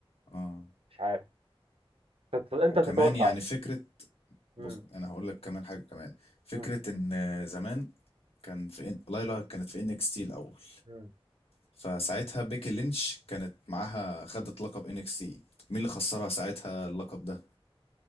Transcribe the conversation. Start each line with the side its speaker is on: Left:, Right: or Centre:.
Left: اه
Right: مش عارف تت- انت
Left: وكمان
Right: تتوقع
Left: يعني فكرة بص
Right: امم
Left: انا هقول لك كمان حاجه كمان فكره
Right: امم
Left: ان زمان كان في إن... ليلى كانت في ان اكس تي الاول
Right: أمم.
Left: فساعتها بيكي لينش كانت معاها خدت لقب ان اكس تي مين اللي خسرها ساعتها اللقب ده